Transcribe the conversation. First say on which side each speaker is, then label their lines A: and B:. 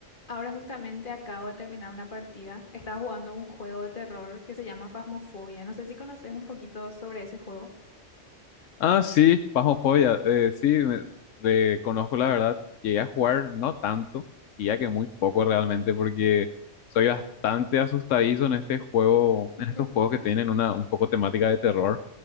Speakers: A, on the left (about 40°); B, on the left (about 80°).
A: Ahora justamente acabo de terminar una partida. Estaba jugando un juego de terror que se llama Phasmophobia. No sé si conoces un poquito sobre ese juego.
B: Ah, sí, Phasmophobia, eh, sí, me- le conozco la verdad. Llegué a jugar no tanto, y ya que muy poco realmente, porque soy bastante asustadizo en este juego,
A: <laughs>
B: en estos juegos que tienen una un poco temática de terror.